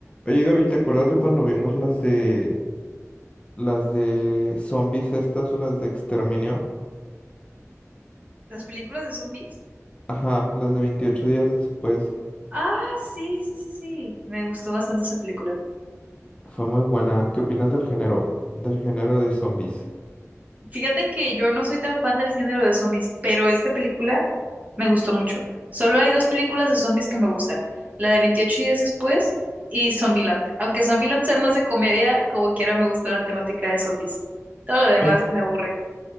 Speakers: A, on the left (about 20°); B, on the right (about 30°).
A: Oye, Gaby, ¿te acuerdas de cuando vimos las de las de zombies estas o las de exterminio?
B: ¿Las películas de zombies?
A: Ajá, las de 28 días después.
B: Ah, sí, sí, sí, sí. Me gustó bastante esa película.
A: Fue muy buena. ¿Qué opinas del género? Del género de zombies.
B: Fíjate que yo no soy tan fan del género de zombies, pero esta película me gustó mucho. Solo hay dos películas de zombies que me gustan. La de Veintiocho días después y Zombieland. Aunque Zombieland sea más de comedia, como quiera me gustó la temática de zombies. Todo lo demás
A: Es,
B: me aburre.